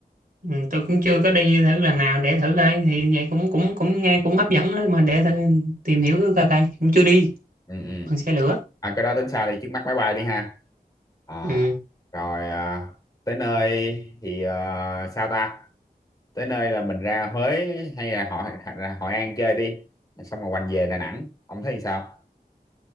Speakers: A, on the right (about 65°); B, on the left (about 25°).
A: ừ, tôi cũng chưa có đi thử lần nào để thử coi thì vậy cũng cũng cũng nghe cũng hấp dẫn đó mà để thử, tìm hiểu coi coi cũng chưa đi
B: ừ, ừ.
A: bằng xe lửa
B: À, cái đó tính sao thì trước mắt máy bay đi ha à,
A: ừ.
B: rồi à, tới nơi thì à, sao ta tới nơi là mình ra Huế hay là Hội ra Hội An chơi đi xong rồi quanh về Đà Nẵng ông thấy sao